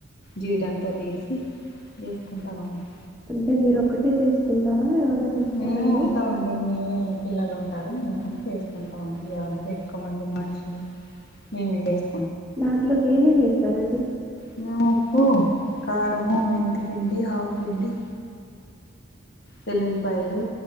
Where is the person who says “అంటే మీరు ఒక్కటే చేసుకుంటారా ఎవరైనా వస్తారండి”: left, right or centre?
Centre